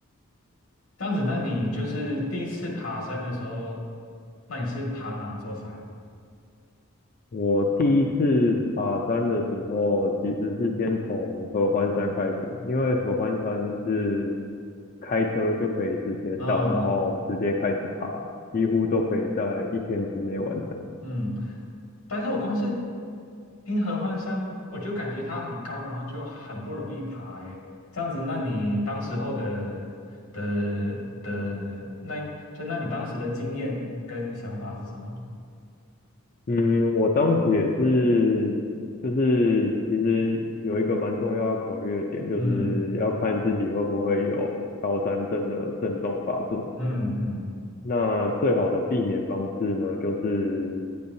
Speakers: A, on the left (about 85°); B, on the left (about 40°).
A: 这样子，那你就是第一次爬山的时候，那你是爬哪座山？
B: 我第一次爬山的时候，其实是先从合欢山开始，因为合欢山是开车就可以直接到，
A: 啊、
B: 然后直接开始爬，几乎都可以在一天之内完成。
A: 嗯嗯，但是我光是听合欢山，我就感觉它很高，然后就很不容易爬。诶，这样子，那你当时候的的的，那就那你当时的经验跟想法是什么？
B: 嗯，我当时也是，就是其实有一个蛮重要要考虑的点，就是要看自己会不会有高山症的症状发作。
A: 嗯嗯嗯
B: 那最好的避免方式呢，就是